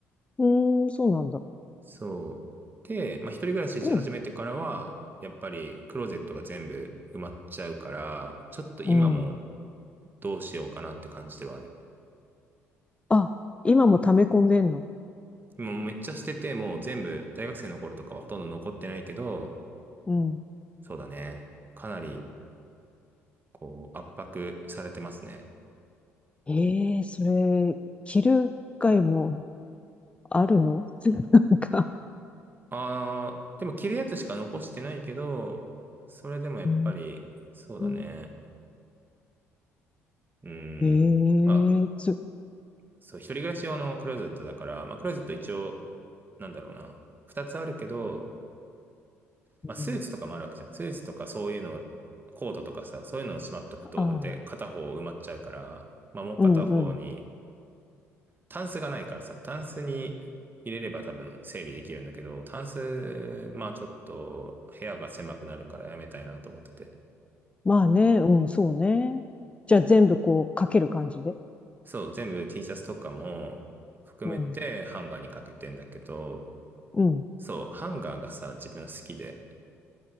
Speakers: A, on the left (about 15°); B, on the right (about 25°).
A: ーん、そうなんだ。
B: そう。で、まあ、一人暮らしし始めてからは、
A: うん、
B: やっぱりクローゼットが全部埋まっちゃうから、ちょっと今も
A: うん。
B: どうしようかなって感じではある。
A: あ、今も溜め込んでんの
B: 今めっちゃ捨てて、もう全部、大学生の頃とかはほとんど残ってないけど、
A: うん。
B: そうだね。かなり、こう、圧迫されてますね。
A: ええそれ、着る回もあるの <laughs> なんか。
B: あー、でも着るやつしか残してないけど、それでもやっぱり、
A: うー
B: そうだね。
A: ん。
B: うーん。
A: え
B: まあ、
A: えつ、
B: そう、一人暮らし用のクローゼットだから、まあ、クローゼット一応、なんだろうな。二つあるけど、
A: うん。
B: まあ、スーツとかもあるわけじゃん。スーツとかそういうの、コートとかさ、そういうのをしまっとくと、
A: ああ、
B: それで片方埋まっちゃうから、まあ、もう片方に、
A: うん、うん。
B: タンスがないからさ、タンスに入れれば多分整理できるんだけど、タンス、まあちょっと部屋が狭くなるからやめたいなと思ってて。
A: まあね、うん、そうね。じゃあ全部こう、かける感じで。
B: そう、全部 T シャツとかも含めてハンガーにかけてんだけど、
A: うん、うん。
B: そう、ハンガーがさ、自分好きで、